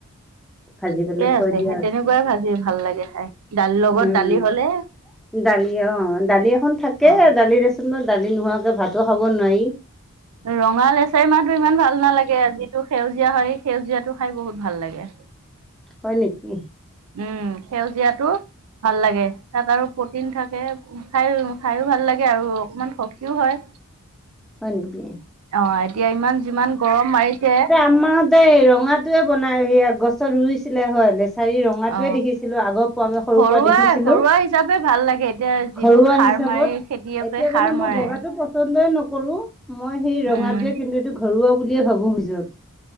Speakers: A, in the centre; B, on the right (about 80°).
A: ভাজি
B: ঠিকে
A: পেলাই থৈ
B: আছে
A: দিয়া
B: সেই তেনেকুৱাই ভাজি ভাল লাগে খাই দালি লগত
A: উম
B: দালি হলে
A: দালি অ দালি এখন থাকে
B: অ
A: দালি দেচোন দালি নোহোৱাকে ভাতো খাব নোৱাৰি
B: ৰঙা লেচাৰী মাহটো ইমান ভাল নালাগে যিটো সেউজীয়া হয় সেই সেউজীয়াটো খাই বহুত ভাল লাগে
A: হয় নেকি
B: উম সেউজীয়াটো ভাল লাগে তাত আৰু প্ৰটিন থাক খাই খাইো ভাল লাগে আৰু অকমান সখিও হয়
A: হয় নেকি
B: অ এতিয়া ইমান যিমান গৰম মাৰিছে
A: আমাহতে ৰঙাটোৱে বনাই এয়া গছত ৰুইছিলে হয়লে চাৰি ৰঙাতয়ে
B: অ
A: দেখিছিলো আগৰ পৰা আমি সৰু
B: ঘৰুৱা
A: পৰা দেখিছিলো
B: ঘৰুৱা হিচাপে ভাল লাগে এতিয়া যিটো
A: ঘৰুৱা
B: সাৰ
A: হিচাপত
B: মাৰি খেতিয়কে
A: এতিয়া
B: সাৰ
A: মানে মই
B: মাৰে
A: বগাটো পচন্দই নকৰো মই সেই ৰঙাটোৱে
B: উম
A: কিন্তু এইটো ঘৰুৱা বুলিয়ে ভাবো পিছত